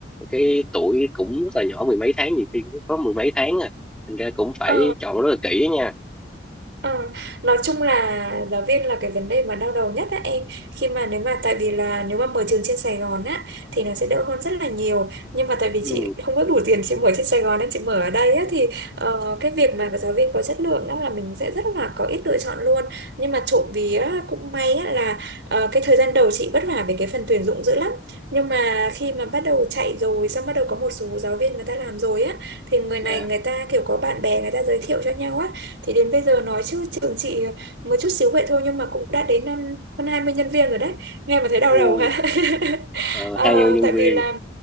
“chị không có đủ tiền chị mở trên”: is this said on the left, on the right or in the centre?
Right